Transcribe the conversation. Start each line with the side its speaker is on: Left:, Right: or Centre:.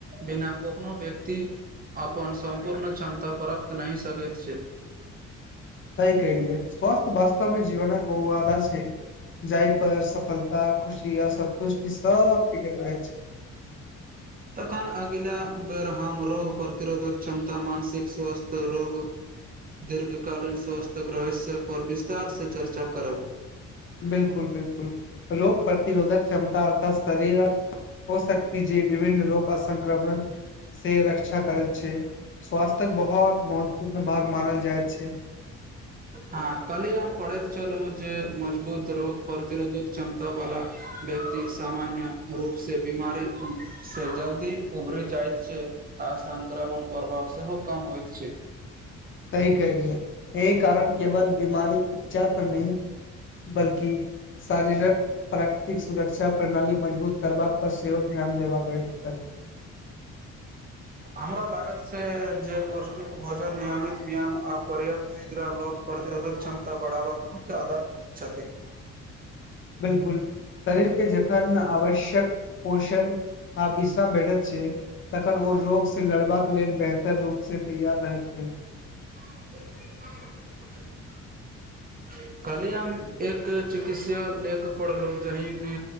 Right: बिना को कखनो व्यक्ति अपन सम्पूर्ण क्षमता प्रप्त नहि सकैत छैय
Left: सही कहलिए स्वास्थ वास्तवमे जीवनक ओ आधार छैय जाइ पर सफलता खुशी यैह सब सन्तुष्टि सब टिकट रहै छैय
Right: तखन अगिला बेर हम रोग प्रतिरोधक क्षमता मानसिक स्वस्थ रोग दीर्घकालीन स्वास्थक रहस्य पर विस्तार से चर्चा करब
Left: बिलकुल बिलकुल रोग प्रतिरोधक क्षमता अर्थात शरीरक हो सकत व्यक्ति जे विभिन्न रोग आ संक्रमण से रक्षा करैत छै स्वास्थ्यक बहुत महत्वपूर्ण भाग मानल जाइत छै
Right: हँ कल्हि हम पढ़ैत छलौ जे मजबूत रोग प्रतिरोधक क्षमता बाला व्यक्ति सामान्य रूप से बीमारी से जल्दी उभरी जाइत छै आ संक्रमण प्रभाव सेहो कम होइत छै
Left: सही कलियै एहि कारण केवल बीमारी उपचार पर नहि बल्कि शारीरक प्राकृतिक सुरक्षा प्रणाली मजबूत करबाक पर सेहो ध्यान देबाक अछि
Right: हमरा लागल जे पौष्टिक भोजन नियमित व्यायाम आ पर्याप्त निद्रा लोग प्रतिरोधक क्षमता ब पढ़ाबा उच्च आधार पर छथिन
Left: बिलकुल शरीरके जखन आवश्यक पोषण आ विश्राम भेठैत छैक तखन ओ रोग से लड़बाक लेल बेहतर रूप से तैयार रहि छै
Right: <unintelligible> कहलियेन हम एक चिकित्सा लेख पढ़लहु जाहिमे